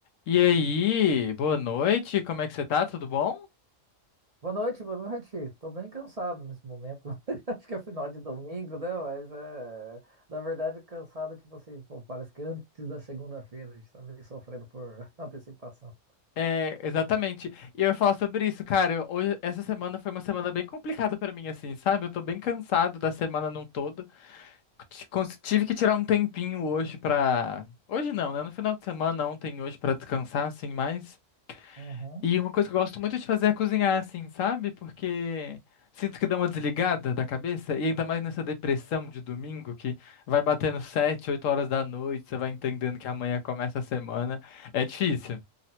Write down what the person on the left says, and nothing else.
E aí, boa noite, como é que você tá? Tudo bom?
É, exatamente. E eu ia falar sobre isso, cara. Hoje, essa semana foi uma semana bem complicada pra mim, assim, sabe? Eu tô bem cansado da semana num todo. Ti- cons- Tive que tirar um tempinho hoje pra. Hoje não, né? No final de semana, ontem, e hoje, pra descansar, assim, mais.
E uma coisa que eu gosto muito de fazer é cozinhar, assim, sabe? Porque sinto que dá uma desligada da cabeça, e ainda mais nessa depressão de domingo, que vai batendo sete, oito horas da noite, você vai entendendo que amanhã começa a semana. É difícil.